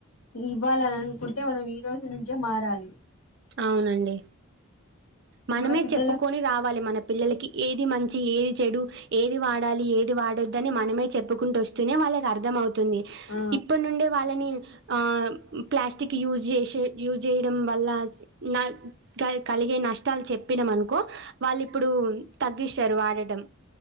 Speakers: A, on the left; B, on the right.
A: ఇది ఇవ్వాలని అనుకుంటే మనం ఈ రోజు నుంచే మారాలి
B: అవునండి మనమే
A: మన పిల్లలకు
B: చెప్పుకొని రావాలి మన పిల్లలకి ఏది మంచి ఏది చెడు ఏది వాడాలి ఏది వాడొద్దని మనమే చెప్పుకుంటూ వస్తూనే వాళ్ళ కి అర్థమవుతుంది
A: ఆ
B: ఇప్పటి నుండే వాళ్ళని ఆ ప్లాస్టిక్ యూస్ జేసే యూజ్ చేయడం వల్ల నా కలిగే న కష్టాలు చెప్పినాం అనుకో వాళ్ళు ఇప్పుడు తగ్గిస్తారు వాడటం